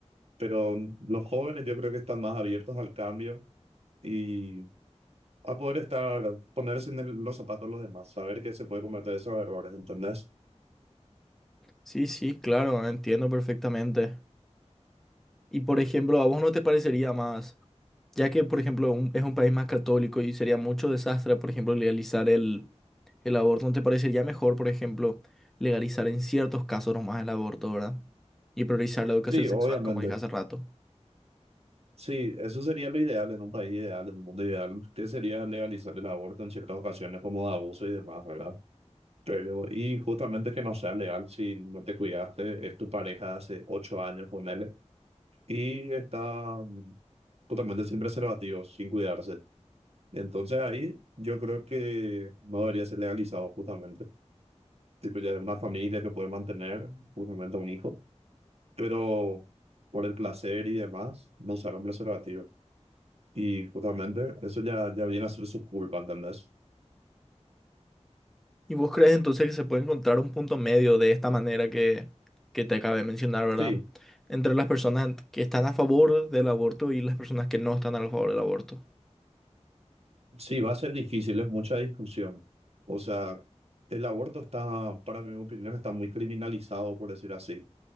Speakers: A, on the right (about 60°); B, in the centre.
A: Pero los jóvenes yo creo que están más abiertos al cambio y a poder estar, ponerse en el- los zapatos de los demás, saber que se puede cometer esos errores, ¿entendés?
B: Sí, sí, claro, entiendo perfectamente. Y por ejemplo, ¿a vos no te parecería más, ya que por ejemplo un- es un país más católico y sería mucho desastre, por ejemplo, legalizar el, el aborto, ¿no te parecería mejor, por ejemplo, legalizar en ciertos casos nomás el aborto, ¿verdad? Y priorizar la educación
A: Sí,
B: sexual,
A: obviamente.
B: como dije hace rato.
A: Sí, eso sería lo ideal en un país ideal, en un mundo ideal, que sería legalizar el aborto en ciertas ocasiones como de abuso y demás, ¿verdad? Pero, y justamente que no sea legal si no te cuidaste, es tu pareja de hace ocho años, ponele, y está mm, justamente sin preservativos, sin cuidarse. Entonces ahí yo creo que no debería ser legalizado justamente. Tipo, ya es una familia que puede mantener justamente a un hijo, pero por el placer y demás, no usar un preservativo. Y justamente eso ya, ya viene a ser su culpa, ¿entendés?
B: ¿Y vos crees entonces que se puede encontrar un punto medio de esta manera que, que te acabé de mencionar, ¿verdad?
A: Sí,
B: Entre las personas que están a favor del aborto y las personas que no están a favor del aborto.
A: sí, va a ser difícil, es mucha discusión. O sea, el aborto está, para mi opinión, está muy criminalizado, por decir así.